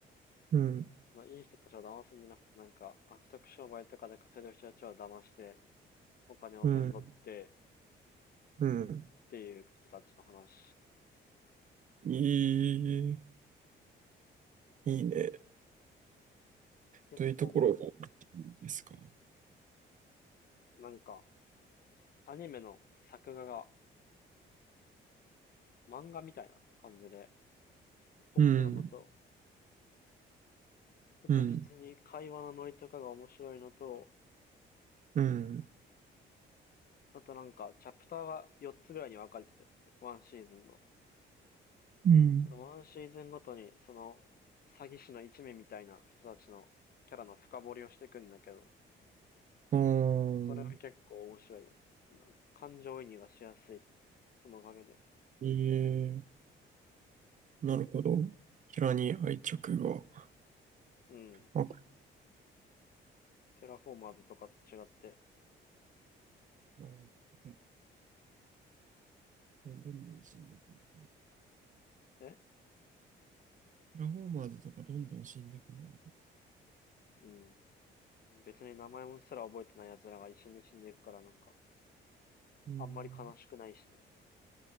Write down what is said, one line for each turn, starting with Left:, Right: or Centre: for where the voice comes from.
Right: うん。
Left: いい人たちを騙すんじゃなくて、なんか、悪徳商売とかで稼いでる人たちを騙して、お金をぶんどって、
Right: うん。うん。
Left: っていう人たちの話。
Right: えー、いいね。
Left: 結構おもろ
Right: どういうところが好きですか
Left: い。なんか、アニメの作画が漫画みたいな感じで、ポップなのと、
Right: うん。
Left: あと普通に会話のノリとかが面白いのと、
Right: うん。うん。
Left: あとなんか、チャプターが4つぐらいに分かれてて、ワンシーズンの。
Right: うん。
Left: そのワンシーズンごとに、その、詐欺師の一味みたいな人たちのキャラの深掘りをしていくんだけど、
Right: あー、
Left: それは結構面白いね。感情移入がしやすい。そのおかげで。
Right: えー、なるほど。キャラに愛着が。
Left: うん。
Right: あ、
Left: テラフォーマーズとかと違って。
Right: そう。ねどんどん死んでいくもんね。
Left: え
Right: テラフォーマーズとかどんどん死んでいくもんね。
Left: うん。別に名前もすら覚えてない奴らが一緒に死んでいくからなんか、
Right: うーん。
Left: あんまり悲しくないしね。